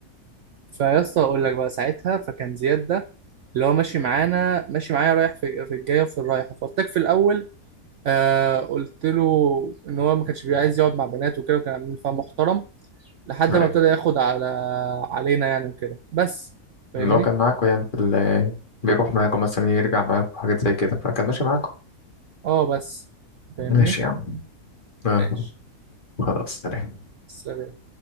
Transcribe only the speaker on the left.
ايوه
اللي هو كان معاكم يعني في ال بيروح معاكم مثلا يرجع معاكم حاجات زي كده فكان ماشي معاكم
ماشي يا عم آه.
خلاص سلام